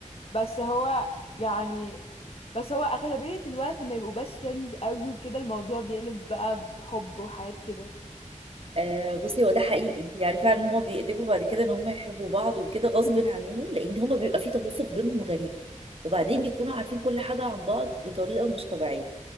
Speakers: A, on the left (about 50°); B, on the right (about 45°).
A: بس هو يعني بس هو أغلبية الوقت لما يبقوا بس فريندز قوي وكده الموضوع بيقلب بقى بحب وحاجات كده
B: آه بصي هو ده حقيقي يعني فعلا هما بيقلبوا بعد كده ان هما يحبوا بعض وكده غصب عنهم لان هما بيبقى في توافق بينهم غريب وبعدين بيكونوا عارفين كل حاجه عن بعض بطريقه مش طبيعيه